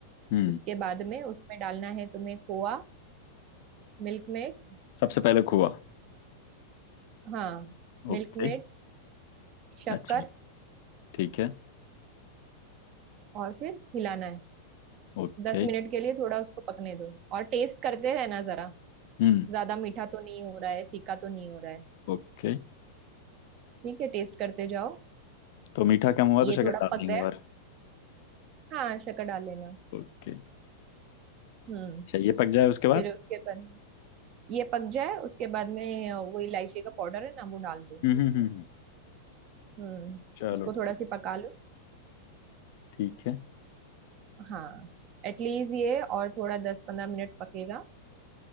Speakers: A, on the left (about 60°); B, on the right (about 45°).
A: हम्म
B: उसके बाद में उसमें डालना है तुम्हें खोआ मिल्क मेट
A: सबसे पहले खोआ
B: हाँ मिल्क
A: ओके
B: मेट शक्कर
A: अच्छा ठीक है
B: और फिर हिलाना है
A: ओके
B: दस मिनट के लिए थोड़ा उसको पकने दो और टेस्ट करते रहना जरा
A: हम्म
B: ज्यादा मीठा तो नहीं हो रहा है फीका तो नहीं हो रहा है
A: ओके
B: ठीक है टेस्ट करते जाओ
A: तो मीठा कम हुआ
B: ये
A: तो शक्कर
B: थोड़ा
A: डाल
B: पक
A: देंगे
B: गया
A: और
B: हाँ शक्कर डाल लेना
A: ओके
B: हम्म
A: अच्छा ये पक जाए उसके बाद
B: फिर उसके बाद ये पक जाए उसके बाद में वो इलायची का पाउडर है ना वो डाल दो
A: हम्म हम्म हम्म हम्म,
B: हम्म
A: चलो
B: उसको थोड़ा
A: ठीक
B: सी पका लो
A: ठीक है
B: हाँ एटलीस्ट ये और थोड़ा दस पंद्रह मिनट पकेगा